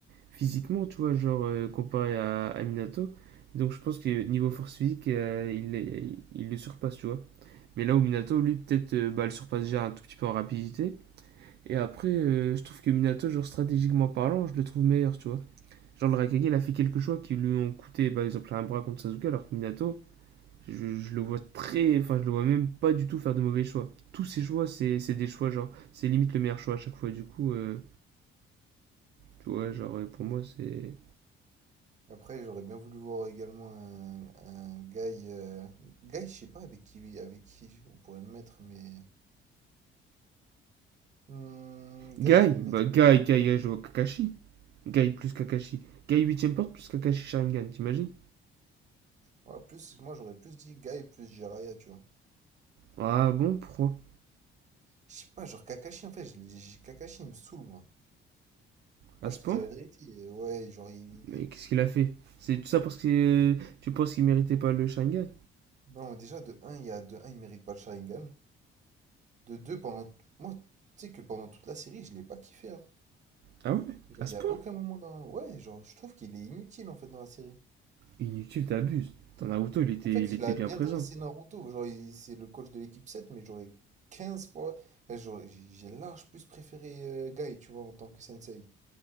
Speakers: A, on the right; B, on the right.
A: physiquement, tu vois, genre euh, comparé à, à Minato. donc, je pense que niveau force physique, euh, il, est- il le surpasse, tu vois. Mais là où Minato, lui, peut-être, euh, bah, le surpasse déjà un tout petit peu en rapidité. Et après, euh, je trouve que Minato, genre stratégiquement parlant, je le trouve meilleur, tu vois. Genre le Raikage, il a fait quelques choix qui lui ont coûté, par exemple, un bras contre Sasuke, alors que Minato, je, je le vois très. Enfin, je le vois même pas du tout faire de mauvais choix. Tous ses choix, c'est c'est des choix, genre, c'est limite le meilleur choix à chaque fois, du coup, euh, tu vois, genre, euh, pour moi, c'est.
B: Après, j'aurais bien voulu voir également un, un Guy. euh, Guy, je sais pas avec qui, avec qui on pourrait le mettre, mais. Hmm,
A: Guy
B: Guy, je le
A: Bah,
B: mettrais.
A: Guy,
B: Ah
A: Guy,
B: ouais.
A: Guy, je vois Kakashi. Guy plus Kakashi. Guy huitième porte plus Kakashi Sharingan, t'imagines
B: Ouais, plus, moi, j'aurais plus dit Guy plus Jiraya, tu vois.
A: Ah bon, pourquoi
B: Je sais pas, genre Kakashi, en fait, je l'ai- j'ai- Kakashi, il me saoule, moi.
A: À
B: Là,
A: ce
B: je te
A: point
B: dis la vérité. euh, Ouais, genre, il.
A: Mais
B: il-
A: qu'est-ce qu'il a fait C'est tout ça parce que euh, tu penses qu'il méritait pas le Shangan
B: Non, déjà, de un il y a, de un il mérite pas le Sharingan. De 2 pendant. Moi, tu sais que pendant toute la série, je l'ai pas kiffé, hein.
A: Ah ouais
B: Genre,
A: À ce
B: il y
A: point
B: a aucun moment dans. Ouais, genre, je trouve qu'il est inutile, en fait, dans la série.
A: Inutile, t'abuses. Dans Naruto, il était,
B: En fait,
A: il était
B: il a
A: bien
B: bien
A: présent.
B: dressé Naruto. Genre, il- c'est le coach de l'équipe 7, mais j'aurais 15 fois. enfin, j'aurais- J'ai large plus préféré euh, Guy, tu vois, en tant que sensei.